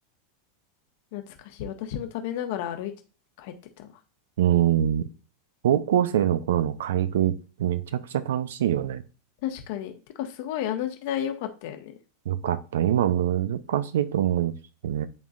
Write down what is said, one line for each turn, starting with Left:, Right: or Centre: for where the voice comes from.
Left: 懐かしい。私も食べながら歩いて帰ってたわ。
Right: うん。高校生の頃の買い食いってめちゃくちゃ楽しいよね。
Left: 確かに。てか、すごいあの時代良かったよね。
Right: よかった。今難しいと思うんですよね。